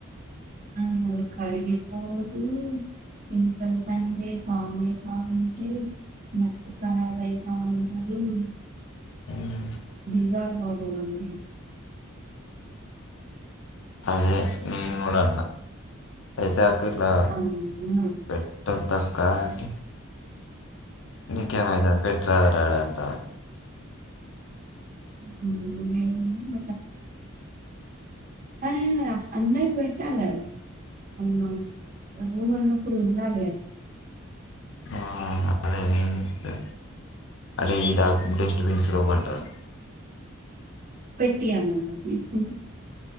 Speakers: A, on the right (about 40°); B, on the left (about 65°).
A: ఆమే కడిగే <unintelligible> ఇక సంజే <unintelligible> బాగుంటే మట్టి వై బా ఉంటుంది
B: ఉమ్.
A: బలా ఆ
B: అదే మేము కూడా ఐతే అక్కకు ఇట్లా
A: అవునా
B: పెట్టో ద కా అంట నీకేం అయితాంది పెట్టు రాజ్ రాడంట
A: బ అడ అందరి పెట్టాల ర అన్నప్పుడు ఉాల
B: ఆ అదే నేను చెప్తా అడే ఇలా డస్ట్బిన్స్ లోపంటుంది
A: పెట్టయామన్న తీసు